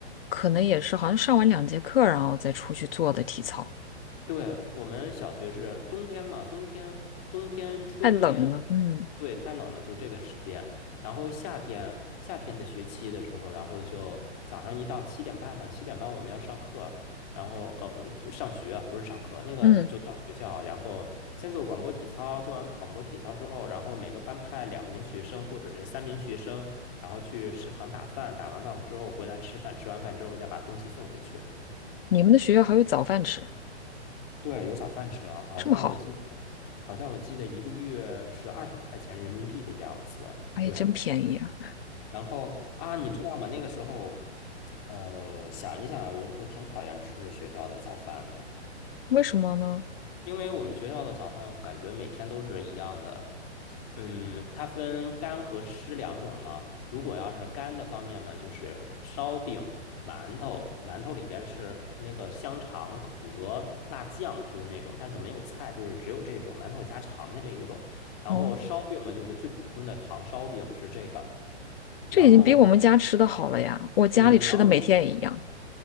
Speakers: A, on the left; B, on the left.
A: 可能也是好像上完两节课，然后再出去做的体操，
B: 对，我们小学是冬天嘛，冬天、冬天、春天，
A: 太冷了。嗯
B: 对，太冷了，就这个时间。然后夏天，夏天的学期的时候，然后就早上一到七点半嘛，七点半我们要上课，然后呃就上学不是上课，那个就到学校，
A: 嗯，
B: 然后先做广播体操，做完广播体操之后，然后每个班派两名学生或者是三名学生，然后去食堂打饭，打完饭之后回来吃饭，吃完饭之后再把东西送回去。
A: 你们的学校还有早饭吃，
B: 对，有早饭吃啊，好像我记得，
A: 这么好，
B: 好像我记得一个月是二十块钱人民币的样子。
A: 哎，
B: 对，
A: 真便宜啊！
B: 然后啊，你知道吗？那个时候，呃，想一想啊我我挺讨厌吃学校的早饭的。
A: 为什么呢？
B: 因为我们学校的早饭感觉每天都是一样的，嗯，它分干和湿两种嘛。如果要是干的方面嘛，就是烧饼、馒头，馒头里边是那个香肠和辣酱，就是那种，但是没有菜，就是只有这种馒头加肠的这一种。然后烧饼嘛，
A: 哦，
B: 就是最普通的糖烧饼是这个。然后，
A: 这已经比我们家吃的好了呀，我家里吃的每天也一样。
B: 嗯，然后